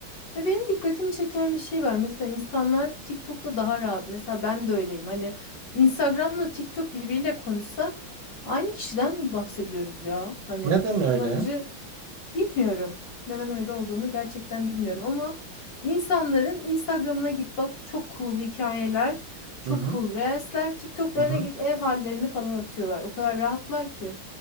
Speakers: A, on the left; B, on the right.
A: Ve benim dikkatimi çeken bir şey var. Mesela insanlar TikTok'ta daha rahat. Mesela ben de öyleyim. Hani Instagram'la TikTok birbiriyle konuşsa aynı kişiden mi bahsediyoruz ya? Hani
B: Neden
A: bu
B: öyle?
A: kullanıcı bilmiyorum. Neden öyle olduğunu gerçekten bilmiyorum ama insanların Instagram'ına git bak çok cool hikayeler, çok
B: Hı hı.
A: cool reelsler, TikTok'larına
B: Hı hı.
A: git ev hallerini falan atıyorlar. O kadar rahatlar ki.